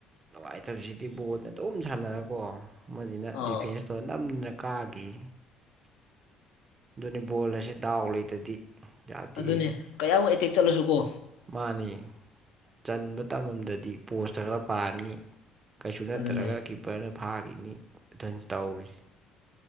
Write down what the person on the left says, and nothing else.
ꯑꯥ
ꯑꯗꯨꯅꯦ ꯀꯌꯥꯃꯨꯛ ꯑꯦꯇꯦꯛ ꯆꯠꯂꯁꯨ ꯀꯣ
ꯑꯗꯨꯅꯦ